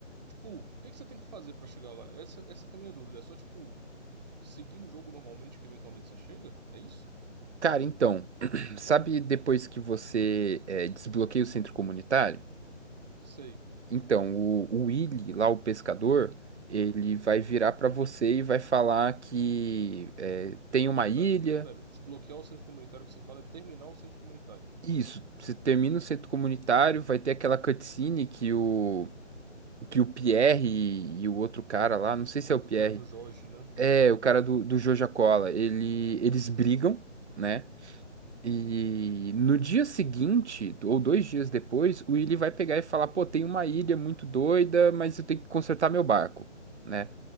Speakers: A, on the right; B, on the right.
A: tipo, o que que você tem que fazer pra chegar lá? Essa, essa que é a minha dúvida. É só, tipo, seguir o jogo normalmente que eventualmente você chega? É isso?
B: Cara, então, <clears throat> sabe depois que você é, desbloqueia o centro comunitário?
A: Sei.
B: Então, o, o Willy, lá o pescador, ele vai virar pra você e vai falar que é, tem uma
A: Espera,
B: ilha.
A: espera. Desbloquear o centro comunitário que você fala é terminar o centro comunitário.
B: Isso, você termina o centro comunitário, vai ter aquela cutscene que o, que o Pierre e, e o outro cara lá, não sei se é o
A: E
B: Pierre,
A: o cara do Jorge, né?
B: é o cara do, do Joja Cola, ele, eles
A: Isso.
B: brigam, né? E no dia seguinte, ou dois dias depois, o Willy vai pegar e falar: pô, tem uma ilha muito doida, mas eu tenho que consertar meu barco, né?